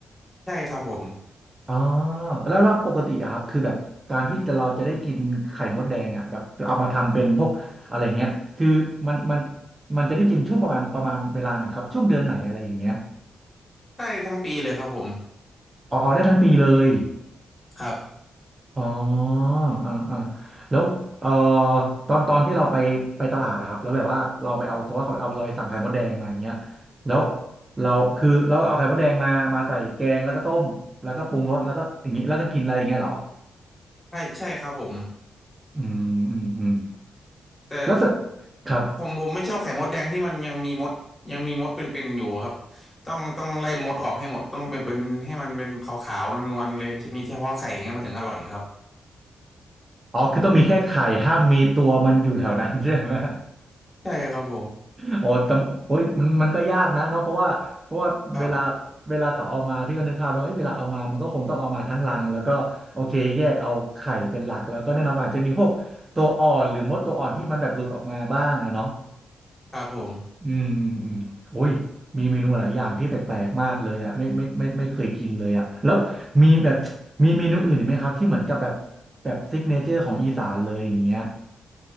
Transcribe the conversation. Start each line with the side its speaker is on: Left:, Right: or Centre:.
Left: ใช่ครับผม
Right: อ๋อแล้วแล้วปกติอะครับคือแบบการที่จะเราจะได้กินไข่มดแดงอะแบบเอามาทำเป็นพวกอะไรเงี้ยคือมันมันมันจะได้กินช่วงประมาณประมาณเวลาไหนครับช่วงเดือนไหนอะไรอย่างเงี้ย
Left: ได้ทั้งปีเลยครับผม
Right: อ๋ออ๋อได้ทั้งปีเลย
Left: ครับ
Right: อ๋ออ่าอ่าแล้วเอ่อตอนตอนที่เราไปไปตลาดอะครับแล้วแบบว่าเราไปเอาสมมติว่าเขาเอาเราไปสั่งไข่มดแดงมาอย่างเงี้ยแล้วเราคือเราเอาไข่มดแดงมามาใส่แกงแล้วก็ต้มแล้วก็ปรุงรสแล้วก็อย่างงี้แล้วก็กินอะไรอย่างเงี้ยเหรอ
Left: ใช่ใช่ครับผม
Right: อืมอืมอืม
Left: แต่
Right: แล้วเสร็จครับ
Left: ผมผมไม่ชอบไข่มดแดงที่มันยังมีมดยังมีมดเป็นๆอยู่ครับต้องต้องไล่มดออกให้หมดต้องเป็นเป็นให้มันเป็นขาวๆนวลๆเลยจะมีเฉพาะไข่อย่างเงี้ยมันถึงอร่อยครับ
Right: อ๋อคือต้องมีแค่ไข่ห้ามมีตัวมันอยู่แถวนั้น <laughs> ใช่ไหม
Left: ใช่ครับผม
Right: โอ้แต่โอ้ยมันมันก็ยากนะเนาะเพราะว่าเพราะว่าเวลา
Left: ครับ
Right: เวลาเขาเอามาพี่ก็นึกภาพแล้วเอ้ยเวลาเอามามันก็คงต้องเอามาทั้งรัง แล้วก็โอเคแยกเอาไข่เป็นหลัก แล้วก็แน่นอนมันอาจจะมีพวกตัวอ่อนหรือมดตัวอ่อนที่มันแบบหลุดออกมาบ้างอะเนาะ
Left: ครับผม
Right: อืมอืมอืมโอ้ยมีเมนูหลายอย่างที่แปลกๆ มากเลยอะไม่ไม่ไม่ไม่เคยกินเลยอะแล้วมีแบบมีเมนูอื่นอีกไหมครับที่เหมือนกับแบบแบบซิกเนเจอร์ของอีสานเลยอย่างเงี้ย